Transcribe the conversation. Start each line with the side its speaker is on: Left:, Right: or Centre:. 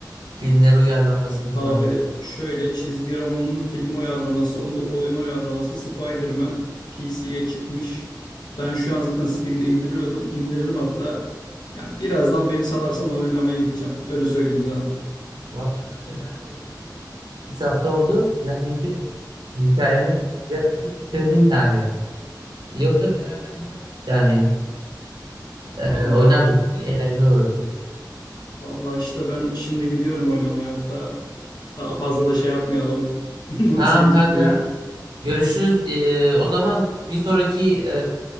Right: filmlere uyarlanmasını falan.
Left: Abi şöyle çizgi romanlı film uyarlaması, onda oyun uyarlaması Spider-Man PC'ye çıkmış. Ben şu an zaten Steam'de indiriyordum. İndirdim hatta. Ya birazdan beni salarsan oynamaya gideceğim. Öyle söyleyeyim sana.
Right: Valla kanka ben de oynuyorum. iki üç hafta oldu. Neredeyse hikayenin yarısını bitirdim yani. Yoksa beraber giderdik yani. E,
Left: Vallahi
Right: oynardık. Eğlenceli olurdu.
Left: vallahi işte ben şimdi gidiyorum oynamaya hatta. Daha fazla da şey yapmayalım. <laughs>
Right: Tamam
Left: Seni tutmayayım.
Right: kanka. Görüşürüz. Ee, o zaman bir sonraki e,